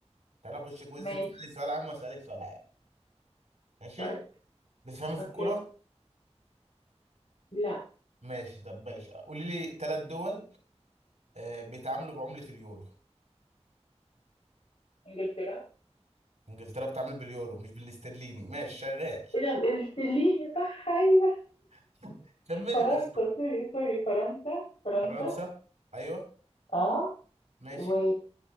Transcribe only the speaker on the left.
ماشي
طيب
اوكي
لا
إنجلترا
ايه ده الاستليه صح ايوه
فرنسا
سوري سوري فرنسا فرنسا
اه
و